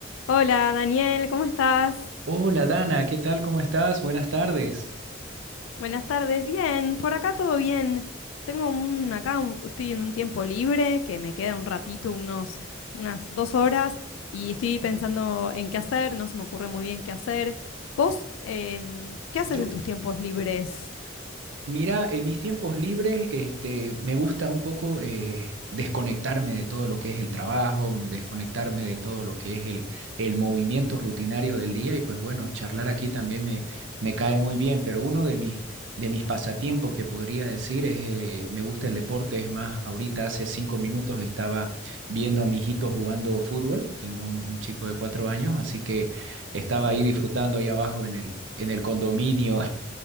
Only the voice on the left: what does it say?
Hola Daniel, ¿cómo estás?
Buenas tardes, bien, por acá todo bien. Tengo un, acá un- estoy en un tiempo libre que me queda un ratito, unos, unas dos horas, y estoy pensando en qué hacer, no se me ocurre muy bien qué hacer. ¿Vos em, qué haces
en tus tiempos libres?